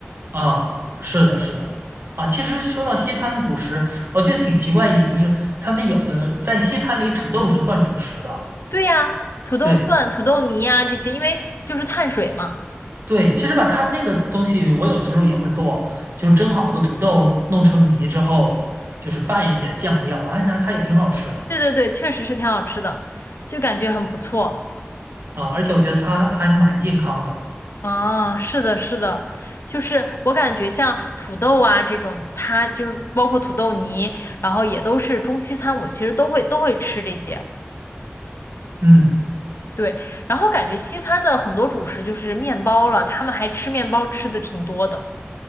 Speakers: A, on the right (about 60°); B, on the left (about 70°).
A: 啊，是的，是的，啊，其实说到西餐的主食，我觉得挺奇怪一点，就是他们有的在西餐里土豆是算主食的，
B: 对呀，土豆蒜、
A: 对
B: 土豆泥呀、这些，因为就是碳水嘛。
A: 对，其实吧，它那个东西我有的时候也会做，就是蒸好的土豆弄成泥之后，就是拌一点酱料，哎，那它也挺好吃的
B: 对对对，确实是挺好吃的，就感觉很不错。
A: 啊，而且我觉得它还蛮健康的，
B: 啊，是的，是的，就是我感觉像土豆啊这种，它就是包括土豆泥，然后也都是中西餐，我其实都会都会吃这些。
A: 嗯，
B: 对，然后感觉西餐的很多主食就是面包了，他们还吃面包吃的挺多的。